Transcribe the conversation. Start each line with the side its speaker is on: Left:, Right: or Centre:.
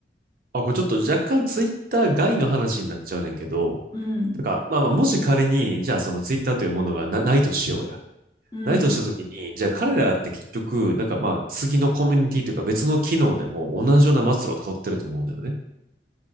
Right: あ、これちょっと若干ツイッター外の話になっちゃうねんけど、
Left: うん。
Right: なんか、まあまあ、もし仮に、じゃあそのツイッターというものがな、ないとしようや。
Left: うん。
Right: ないとしたときに、じゃあ彼らって結局、なんかまあ次のコミュニティというか別の機能でも同じような末路を辿ってると思うんだよね。